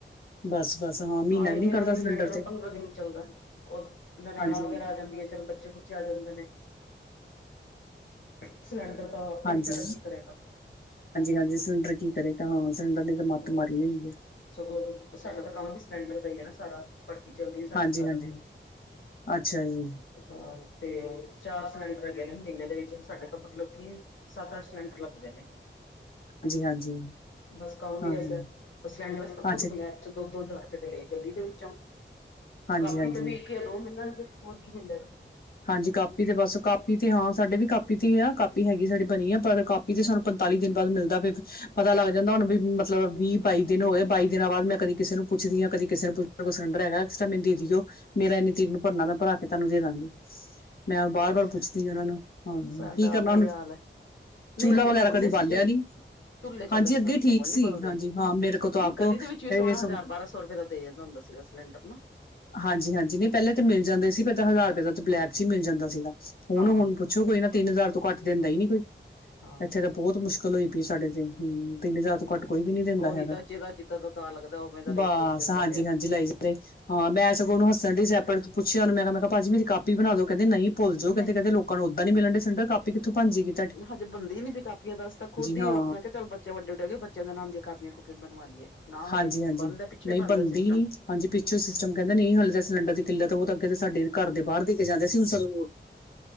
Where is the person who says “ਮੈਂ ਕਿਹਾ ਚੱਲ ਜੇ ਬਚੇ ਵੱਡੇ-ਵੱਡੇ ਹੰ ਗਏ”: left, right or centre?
Left